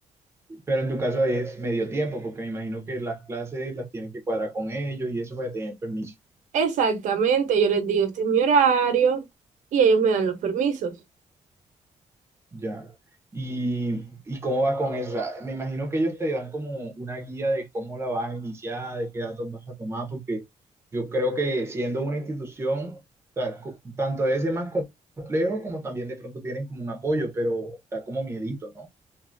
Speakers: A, on the right (about 20°); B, on the right (about 85°).
A: pero en tu caso es medio tiempo, porque me imagino que las clases las tienes que cuadrar con ellos y eso para tener permiso.
B: Exactamente, yo les digo, este es mi horario y ellos me dan los permisos.
A: Ya. ¿Y, y cómo va con esa? Me imagino que ellos te dan como una guía de cómo la vas a iniciar, de qué datos vas a tomar, porque yo creo que siendo una institución, o sea, co- tanto debe ser más complejo como también de pronto tienen como un apoyo, pero da como miedito, ¿no?